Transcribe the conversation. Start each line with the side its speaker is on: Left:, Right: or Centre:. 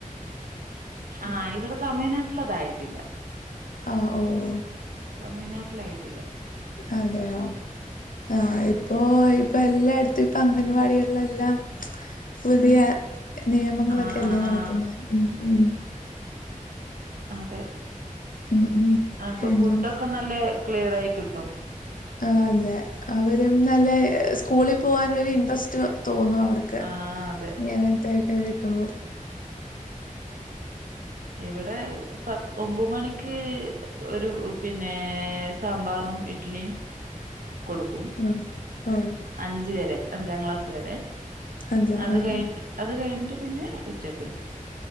Right: ആഹ ഇവിടെ തമിഴ്നാട്ടില അതായിട്ടില്ല
Left: ആഹ ഓ ഓ
Right: തമിഴ്നാട്ടിലായിട്ടില്ല
Left: അതെയോ ആ ഇപ്പൊ ഇപ്പൊ എല്ലായിടത്തും ഇപ്പൊ അംഗൻവാടികില എല്ലാം പുതിയ നിയമങ്ങളൊക്കെ
Right: ആഹ്
Left: അല്ലേ
Right: ആഹ്
Left: നടത്തുന്നത്
Right: ആഹ്
Left: ഉ ഉ
Right: അതെ
Left: ഉം ഉം
Right: അപ്പൊ
Left: പിന്നെ
Right: ഫുഡൊക്കെ നല്ല ക്ലിയർ ആയി കിട്ടും
Left: ആ അതെ അവരും നല്ല സ്കൂളിൽ പോവാൻ ഒരു ഇൻട്രസ്റ്റ് തോന്നും അവർക്ക്
Right: ആഹ് അതെ
Left: ഇങ്ങനത്തൊക്കെ കിട്ട്പോ
Right: ഇവിടെ പത്ത് ഒമ്പ മണിക്ക് ഒരു പിന്നെ സാമ്പാറും ഇഡ്ലിയും കൊടുക്കും
Left: ഉം ആഹ്
Right: അഞ്ച വരെ അഞ്ചാം ക്ലാസ് വരെ
Left: അതെ
Right: അത്
Left: ആഹ്
Right: കഴി അത് കഴിഞ്ഞിട്ട് പിന്നെ ഉച്ചക്കുല്ല